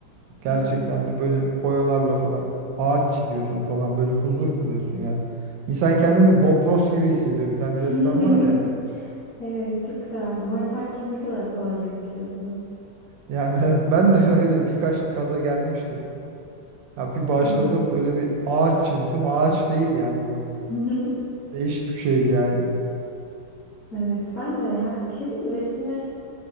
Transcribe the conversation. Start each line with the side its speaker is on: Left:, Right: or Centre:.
Right: Gerçekten
Left: Evet.
Right: bir böyle boyalarla falan ağaç çiziyorsun falan böyle huzur buluyorsun ya. İnsan kendini Bob Ross gibi hissediyor. Bir tane
Left: <laughs>
Right: ressam var ya.
Left: Evet çok severdim. O yaparken ne kadar kolay gözüküyordu.
Right: Yani <laughs> evet ben de <laughs> öyle birkaç kaza gelmiştim. Ya bir başladım
Left: Evet.
Right: böyle bir ağaç çizdim. Ağaç değil yani bu.
Left: <laughs>
Right: Değişik bir şeydi yani.
Left: Evet ben de ya bir şey diyeyim mi? Resme,